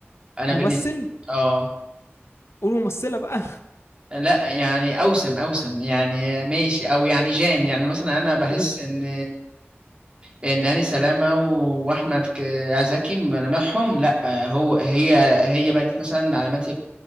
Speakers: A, on the right (about 25°); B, on the left (about 80°).
A: انا
B: ممثل
A: بالنسبه اه
B: قول ممثله بقى
A: لا يعني اوسم اوسم يعني ماشي او يعني جان يعني مثلا انا بحس
B: <laughs>
A: ان ان هاني سلامه واحمد ك- آه، زكي ملامحهم لا هو هي هي بقت مثلا علامات